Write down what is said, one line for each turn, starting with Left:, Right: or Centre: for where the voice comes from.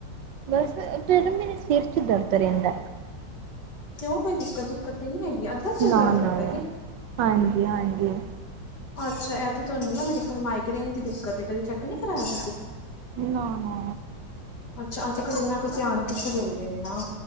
Right: ਬਸ ਤੇ ਮੇਰੇ ਨਾ ਸਿਰ ਚ ਦਰਦ ਰਹਿੰਦਾ।
Left: ਕਿਉਂ ਕੋਈ ਦਿੱਕਤ-ਦੁਕਤ ਤੇ ਨੀ ਹੈਗੀ? ਸਿਰ
Right: ਨਾ-ਨਾ,
Left: ਦਰਦ ਰਹਿੰਦਾ ਕਿ
Right: ਹਾਂਜੀ-ਹਾਂਜੀ।
Left: ਅੱਛਾ ਇਹ ਤੇ ਤੁਹਾਨੂੰ ਨਾ ਮੇਰੇ ਖਿਆਲ ਮਾਈਗ੍ਰੇਨ ਦੀ ਦਿੱਕਤ ਹੈ ਕਦੀ ਚੈੱਕ ਨੀ ਕਰਾਇਆ ਤੁਸੀ।
Right: ਨਾ-ਨਾ
Left: ਅੱਛਾ ਅੱਜ-ਕੱਲ ਉਤਨਾ ਕੁ ਧਿਆਨ ਕਿੱਥੇ ਦੇਂਦੇ ਨੇ ਨਾ।